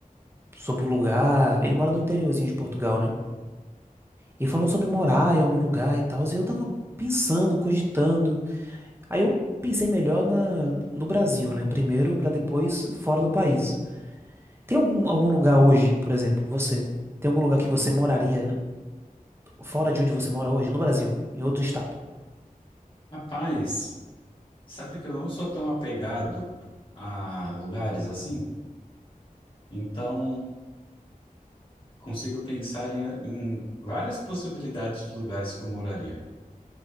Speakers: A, on the right; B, on the left.
A: sobre o lugar. Ele mora no interiorzinho de Portugal, né? E falando sobre morar em algum lugar e tal. E eu tava pensando, cogitando. Aí eu pensei melhor na, no Brasil, né? Primeiro, pra depois fora do país. Tem algum, algum lugar hoje, por exemplo, você? Tem algum lugar que você moraria Fora de onde você mora hoje, no Brasil, em outro estado.
B: Rapaz, sabe que eu não sou tão apegado a lugares assim? Então, consigo pensar em, em várias possibilidades de lugares que eu moraria.